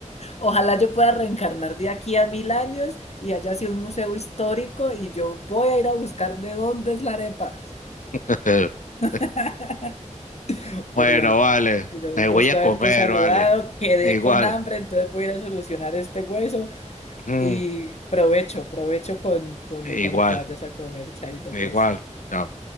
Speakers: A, on the left; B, on the left.
A: Ojalá yo pueda reencarnar de aquí a mil años y haya sido un museo histórico y yo voy a ir a buscar de dónde es la arepa.
B: <laughs>
A: <laughs> Pero
B: Bueno,
A: igual,
B: vale.
A: pero
B: Me
A: un
B: voy
A: gusto
B: a
A: haberte
B: comer,
A: saludado.
B: vale.
A: Quedé
B: Igual,
A: con hambre, entonces voy a ir a solucionar este hueso
B: Ujú.
A: y provecho, provecho con, con,
B: igual,
A: con lo que vayas a comer, chaito,
B: igual.
A: pues.
B: Chao.